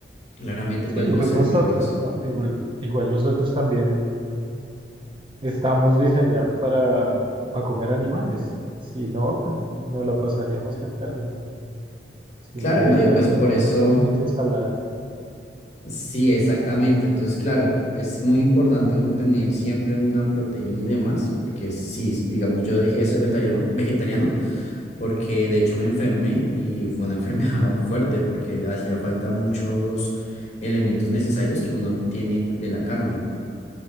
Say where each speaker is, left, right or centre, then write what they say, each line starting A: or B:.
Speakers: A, on the left; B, on the right.
A: Claramente
B: Sí,
A: pues
B: igual
A: los herbívoros.
B: nosotros, ¿no? Igual, igual nosotros también Estamos diseñados para, para comer animales. Si no, pues nos la pasaríamos enfermos, ¿no? Si
A: Claro,
B: nos dedicáramos
A: ¿no? Y pues por
B: a comer
A: eso...
B: solamente ensalada.
A: Sí, exactamente. Entonces, claro, es muy importante uno tener siempre una proteína y demás, porque sí, s- digamos, yo dejé de ser vegetariano, vegetariano porque de hecho me enfermé y fue una <laughs> enfermedad fuerte porque hacía falta muchos elementos necesarios que uno tiene de la carne.